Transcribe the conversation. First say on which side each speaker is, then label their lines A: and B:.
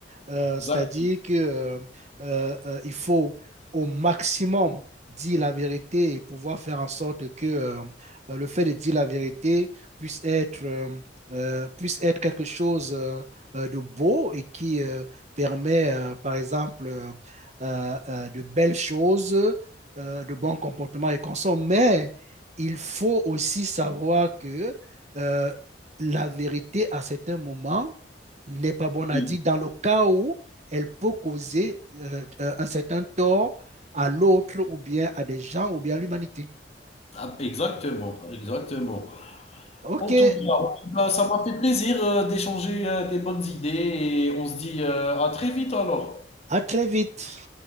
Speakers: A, on the right; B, on the left.
A: Euh,
B: exact,
A: c'est-à-dire que euh, euh, euh, il faut au maximum dire la vérité et pouvoir faire en sorte que euh, euh, le fait de dire la vérité puisse être, euh, euh, puisse être quelque chose euh, euh, de beau et qui, euh, permet, euh, par exemple, euh, euh, de belles choses, euh, de bons comportements et consorts, mais il faut aussi savoir que euh, la vérité à certains moments n'est pas bonne
B: oui.
A: à dire dans le cas où elle peut causer euh, euh, un certain tort à l'autre ou bien à des gens ou bien à l'humanité.
B: Ah, Exactement, exactement.
A: OK,
B: En tout cas, en tout cas, ça m'a fait plaisir euh, d'échanger euh, des bonnes idées et on se dit euh, à très vite alors.
A: à très vite.